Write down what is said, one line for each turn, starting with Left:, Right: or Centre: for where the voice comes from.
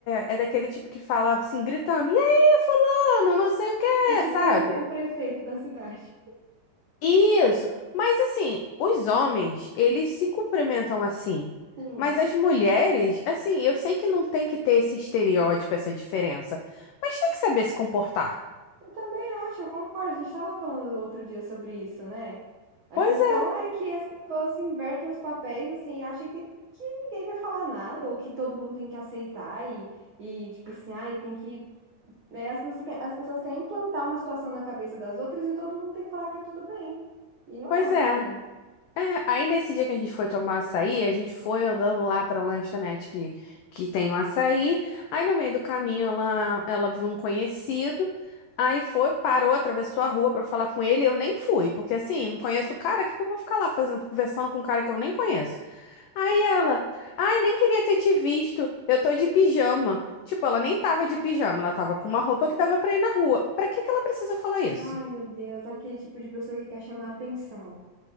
Left: é, é daquele tipo que fala assim, gritando: E aí, fulano, não sei o quê,
Right: É tipo
Left: sabe?
Right: o prefeito da cidade.
Left: Isso. Mas assim, os homens, eles se cumprimentam assim.
Right: <laughs> Sim,
Left: Mas as mulheres, assim, eu sei que não tem que ter esse estereótipo, essa diferença, mas tem que saber se comportar.
Right: eu também acho, eu concordo. A gente estava falando outro dia sobre isso, né? A
Left: Pois
Right: questão
Left: é,
Right: é que as pessoas invertem os papéis, assim, e acham que, que ninguém vai falar nada, ou que todo mundo tem que aceitar, e, e tipo assim, ai, tem que. né, as pessoas, que- as pessoas querem implantar uma situação na cabeça das outras e todo mundo tem que falar que tá tudo bem. E não
Left: pois
Right: é assim.
Left: é. É, aí nesse dia que a gente foi tomar açaí, a gente foi andando lá pra lanchonete que, que tem um açaí. Aí no meio do caminho ela, ela viu um conhecido. Aí foi, parou, atravessou a rua pra falar com ele. Eu nem fui, porque assim, não conheço o cara, o que que eu vou ficar lá fazendo, conversando com um cara que eu nem conheço? Aí ela, ai, nem queria ter te visto. Eu tô de pijama. Tipo, ela nem tava de pijama, ela tava com uma roupa que dava pra ir na rua. Pra que que ela precisa falar isso?
Right: Ai, meu Deus, aquele tipo de pessoa que quer chamar atenção.